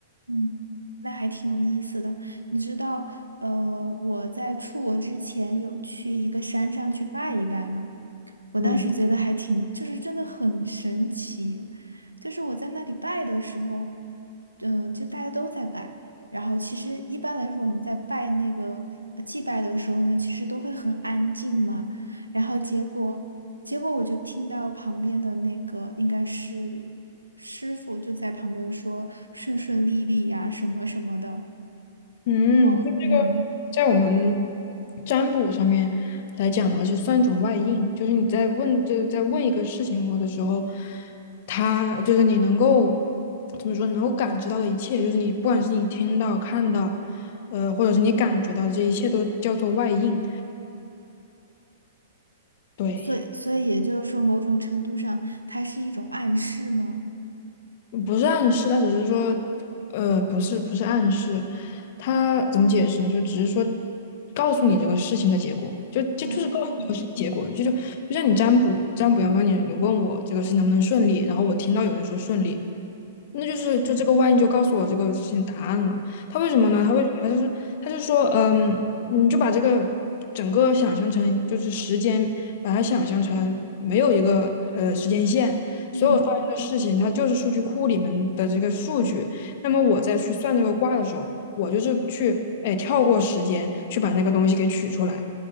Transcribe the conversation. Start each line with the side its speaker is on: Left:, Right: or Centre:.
Right: 嗯，那还挺有意思的。你知道，呃，我在出国之前有去一个山上去拜一拜吗？我当时觉得还挺，
Left: 嗯。
Right: 就是真的很神奇。就是我在那里拜的时候，嗯、就大家都在拜。然后其实一般来说，我们在拜那个呃祭拜的时候呢，其实都会很安静嘛。然后结果，结果我就听到旁边的那个应该是师傅就在旁边说顺顺利利呀、什么什么的。
Left: 嗯，
Right: 然后嗯，
Left: 就这个在我们占卜上面来讲的话，是算一种外应，就是你在问，就是在问一个事情或的时候，他就是你能够怎么说，能够感知到的一切，就是你不管是你听到、看到，呃，或者是你感觉到的这一切，都叫做外应。对。
Right: 所以所以也就是说，某种程度上，它是一种暗示吗？
Left: 不是暗示，他只是说，呃，不是不是暗示，他怎么解释呢？就只是说告诉你这个事情的结果，就就就是告诉你这个事情结果，
Right: 哦，
Left: 就就就像你占卜占卜阳刚，你你问我这个事情能不能顺利，然后我听到有人说顺利，那就是就这个万一就告诉我这个事情答案了。他为什么呢？
Right: 嗯
Left: 他为什么他就是他就说，嗯，你就把这个整个想象成就是时间，把它想象成没有一个呃时间线，
Right: 嗯，
Left: 所有发生的事情，它就是数据库里面的这个数据。那么我在去算这个卦的时候，我就是去哎跳过时间去把那个东西给取出来